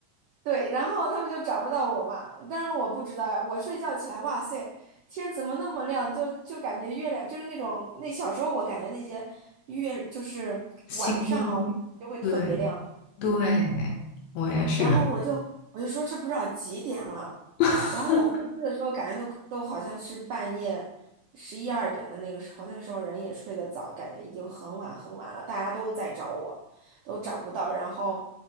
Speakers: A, on the right; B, on the left.
A: 对，然后他们就找不到我嘛，但是我不知道呀。我睡觉起来，哇塞，天怎么那么亮？就就感觉月亮就是那种那小时候我感觉那些月就是晚上哦，
B: 心疯，
A: 就会特别亮。
B: 对对，我也是，
A: 然后我就我就说这不知道几点了，
B: <laughs>
A: 然后我回去的时候感觉都都好像是半夜十一二点的那个时候，那个时候人也睡得早，感觉已经很晚很晚了，大家都在找我，都找不到，然后